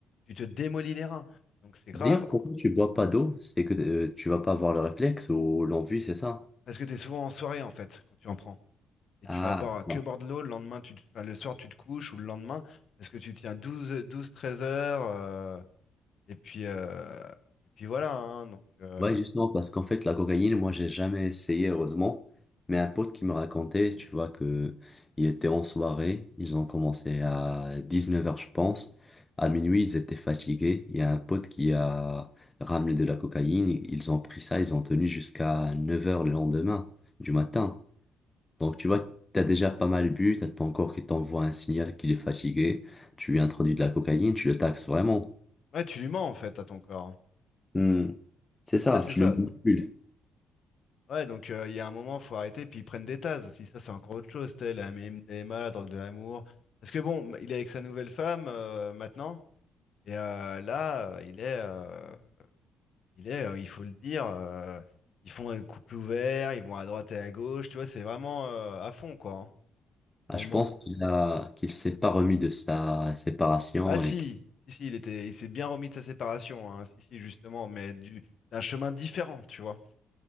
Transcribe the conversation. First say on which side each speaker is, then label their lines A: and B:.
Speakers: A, on the left; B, on the left.
A: Tu te démolis les reins. Donc c'est grave,
B: D'ailleurs, pourquoi
A: en-
B: tu bois pas d'eau? C'est que euh, tu vas pas avoir le réflexe ou l'envie, c'est ça?
A: parce que tu es souvent en soirée, en fait, quand tu en prends. Et
B: Ah,
A: tu vas boire
B: bon.
A: que boire de l'eau, le lendemain, tu te- enfin, le soir, tu te couches, ou le lendemain, parce que tu tiens douze, 12, 13 heures, euh, et puis, euh, et puis voilà, hein, donc. euh,
B: Ouais, justement, parce qu'en fait, la cocaïne, moi, j'ai jamais essayé, heureusement. Mais un pote qui me racontait, tu vois, que il était en soirée, ils ont commencé à 19h, je pense. À minuit, ils étaient fatigués. Il y a un pote qui a ramené de la cocaïne. Ils ont pris ça, ils ont tenu jusqu'à 9h le lendemain du matin. Donc, tu vois, t'as déjà pas mal bu, t'as ton corps qui t'envoie un signal qu'il est fatigué. Tu lui introduis de la cocaïne, tu le taxes vraiment.
A: Ouais, tu lui mens en fait à ton corps.
B: Hmm. C'est ça,
A: Ah, c'est
B: tu
A: ça.
B: le manipules.
A: Ouais, donc euh, il y a un moment, faut arrêter, puis ils prennent des tases aussi. Ça, c'est encore autre chose, telle la MDMA, la drogue de l'amour. Parce que bon, il est avec sa nouvelle femme euh, maintenant, et euh, là, euh, il est, euh, il est, euh, il faut le dire, euh, ils font un couple ouvert, ils vont à droite et à gauche, tu vois, c'est vraiment euh, à fond quoi. hein.
B: Ah,
A: Donc
B: je pense
A: bon,
B: qu'il a, qu'il s'est pas remis de sa séparation
A: ah si,
B: et que-
A: si, si, il était, il s'est bien remis de sa séparation, hein, si, si, justement, mais du d'un chemin différent, tu vois.